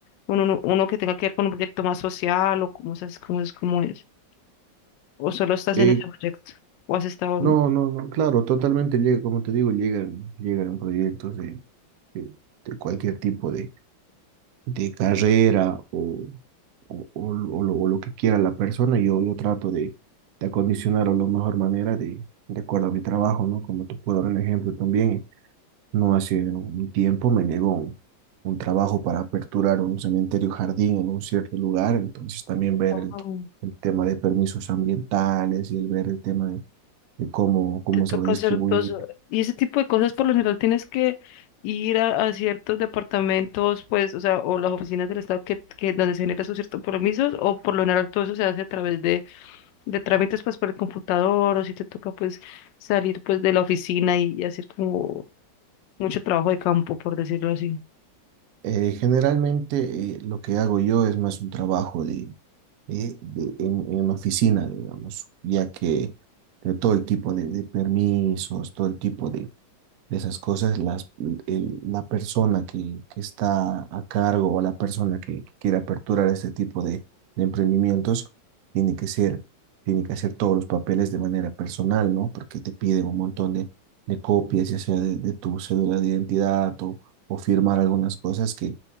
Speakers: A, on the left; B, on the right.
A: con uno, uno que tenga que ver con un proyecto más social o cómo es, cómo es, cómo es. O solo estás
B: Eh,
A: en ese proyecto, o has estado...
B: no, no, no, claro, totalmente llega, como te digo, llegan, llegan proyectos de de, de cualquier tipo de, de carrera o, o, o lo, o lo- o lo que quiera la persona, yo, yo trato de, de acondicionarlo de la mejor manera de, de acuerdo a mi trabajo, ¿no? Como te puedo dar un ejemplo también, no hace un tiempo me llegó un, un trabajo para aperturar un cementerio jardín en un cierto lugar, entonces también ver
A: Wow.
B: el, el tema de permisos ambientales y el ver el tema de, de cómo, cómo
A: te toca
B: se va a distribuir.
A: hacer todo eso. Y ese tipo de cosas por lo general tienes que ir a, a ciertos departamentos, pues, o sea, o las oficinas del Estado que, que donde se generan sus ciertos permisos, o por lo general todo eso se hace a través de, de trámites, pues, por el computador, o si te toca, pues, salir, pues, de la oficina y, y hacer como mucho trabajo de campo, por decirlo así.
B: Eh, generalmente eh, lo que hago yo es más un trabajo de eh, de- en, en una oficina, digamos, ya que de todo el tipo de, de permisos, todo el tipo de, de esas cosas, las, el- la persona que, que está a cargo o la persona que quiere aperturar este tipo de, de emprendimientos tiene que ser, tiene que hacer todos los papeles de manera personal, ¿no? Porque te piden un montón de, de copias, ya sea de, de tu cédula de identidad o, o firmar algunas cosas que,